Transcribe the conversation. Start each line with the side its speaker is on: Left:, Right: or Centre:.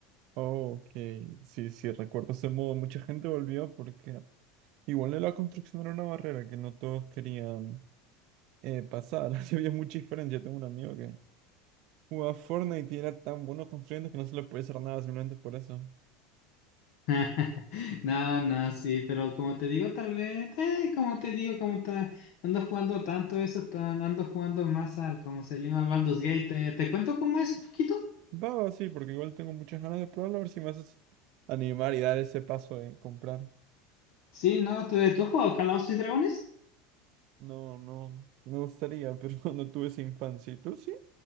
Right: Ok, sí, sí, recuerdo ese modo. Mucha gente volvió porque igual de la construcción era una barrera que no todos querían eh, pasar. <laughs> Así había mucha diferencia. Tengo un amigo que jugaba Fortnite y era tan bueno construyendo que no se le podía hacer nada simplemente por eso.
Left: <laughs> No, no, sí, pero como te digo, tal vez, eh, como te digo, como ta- ando jugando tanto eso, tan, ando jugando más al, como se llama, Baldur's Gate, ¿te, te cuento cómo es un poquito?
Right: Va, va, sí, porque igual tengo muchas ganas de probarlo, a ver si me haces animar y dar ese paso de comprar.
Left: Sí, no, ¿tú, tú has jugado Calabozos y Dragones?
Right: No, no, me gustaría, pero <laughs> no tuve esa infancia. ¿Y tú sí?